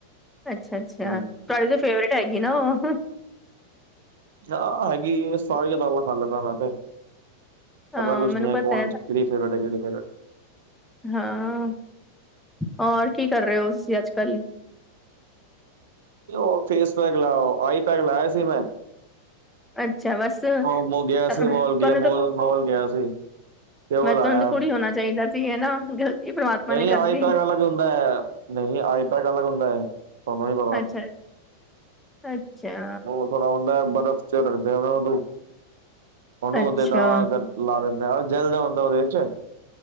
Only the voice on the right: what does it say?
ਹਮ
ਆ ਹੈਗੀ ਸਾਰੀਆਂ ਦਾਲਾਂ ਖਾ ਲੈਂਦਾ ਮੈਂ ਤੇ
ਐਦਾ ਕੁਛ
ਨਹੀਂ ਹੈ
ਕੌਣ ਕਿਹੜੀ ਫੇਵਰੇਟ ਹੈ ਕਿਹੜੀ ਫੇਵਰੇਟ
ਉਹ ਫੇਸ ਪੈਕ ਲਾਓ ਆਈ ਪੈਕ ਲਾਇਆ ਸੀ ਮੈਂ
ਉਹ ਗਿਆ
ਸੀ ਮੋਲ ਗਿਆ
ਮੋਲ ਗਿਆ ਸੀ। ਤੇ ਉਹ
ਲਾਇਆ
ਨਹੀਂ
ਆਈ ਪੈਕ ਅਲੱਗ ਹੁੰਦਾ ਹੈ ਨਹੀਂ ਆਈ ਪੈਕ ਅਲੱਗ ਹੁੰਦਾ ਹੈ ਤੁਹਾਨੂੰ ਨ ਪਤਾ
ਉਹ ਥੋੜਾ ਹੁੰਦਾ ਬਰਫ਼ ਚ' ਰੱਖਦੇ ਹੋ ਉਹਦੂੰ ਉਹਨੂੰ
ਤੇ ਤਾਂ ਅਗਰ ਲਾਰੇ ਦਿੰਦਾ ਜੈਲ ਜਿਆ ਹੁੰ ਦਾ ਓਦੇ ਵਿਚ।